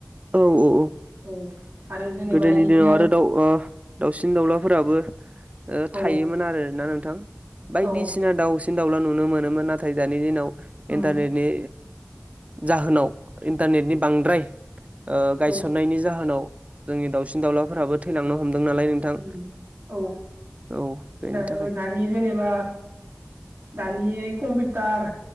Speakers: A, on the right; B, on the right.
A: औ औ
B: औ। आरो जेनेबा
A: गोदोनि
B: इनि
A: दिनाव आरो दाउ आ दाउसिन दाउलाफोराबो ओ थायोमोन
B: औ
A: आरोना नोंथां। बायदिसिना
B: औ
A: दाउसिन दाउला नुनो मोनोमोन नाथाय दानि दिनाव
B: उम
A: इन्टारनेटनि जाहोनाव इन्टारनेटनि बांद्राय ओ गायसननायनि
B: औ
A: जाहोनाव जोंनि दाउसिन दाउलाफोराबो थैलांनो हमदों नालाय नों थां
B: उम औ
A: औ बेनि
B: दा
A: थाखाय
B: दानि जेनेबा दानि कम्पिउटार